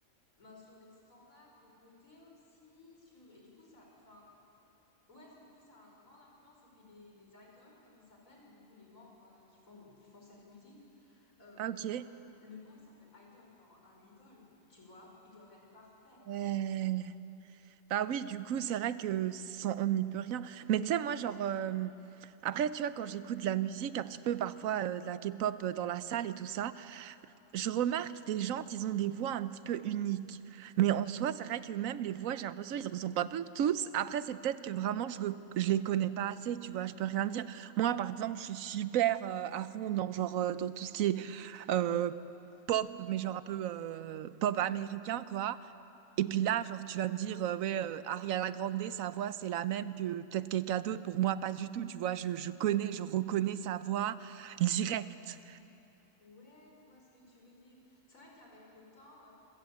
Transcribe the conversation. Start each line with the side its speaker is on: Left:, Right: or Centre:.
Left: Ben, sur les standards de beauté aussi, sur et du coup ça, enfin ouais, du coup ça a une grande influence et puis les les idoles comme ils s'appellent, du coup les membres euh, qui font qui font cette musique, euh,
Right: Ah,
Left: bah
Right: ok.
Left: déjà le nom il s'appelle idol, genre un idole, tu vois, ils doivent être parfaits.
Right: Euh, Bah oui, du coup, c'est vrai que sans- on n'y peut rien. Mais tu sais, moi, genre, euh, après, tu vois, quand j'écoute de la musique, un petit peu parfois euh, de la K-pop euh, dans la salle et tout ça, je remarque des gens, ils ont des voix un petit peu uniques. Mais en soi, c'est vrai que même les voix, j'ai l'impression qu'ils ne ressemblent pas peu tous. Après, c'est peut-être que vraiment, je ne les connais pas assez, tu vois. Je peux rien dire. Moi, par exemple, je suis super euh, à fond dans, genre, euh, dans tout ce qui est euh, pop, mais genre un peu euh, pop américain, quoi. Et puis là, genre, tu vas me dire, euh, ouais, euh, Ariana Grande, sa voix, c'est la même que peut-être quelqu'un d'autre. Pour moi, pas du tout, tu vois. Je, je connais, je reconnais sa voix directe.
Left: Ouais, je vois ce que tu veux dire. C'est vrai qu'avec le temps,